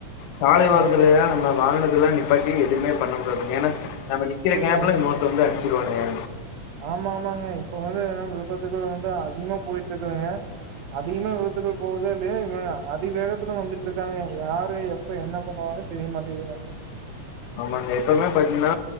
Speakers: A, on the left (about 80°); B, on the right (about 75°).
A: சாலைஓரத்தில
B: சொல்லுங்க
A: எல்லாம் நம்ம வாகனத்தெல்லா நிப்பாட்டி எதுவுமே பண்ணக்க கூடாதுங்க ஏனா நம்ம நிக்கிற
B: புரியலங்க
A: கேப்ல இன்னொருத்த வந்து அடிச்சுருவானுங்க
B: ஆமா ஆமாங்க இப்ப வந்து எதனால விபத்துகள் வந்து அதிகமா போயிட்டு இருக்குதுங்க அதிகமா விபத்து போகுதோ இல்லியோ இவ அத் அதி வேகத்துல வந்துட்டு இருக்காங்க யாரு எப்ப என்ன பண்ணுவாங்கன்னு தெரியமாட்டேங்குதுங்க
A: ஆமாங்க எப்பவுமே பாத்தீங்கனா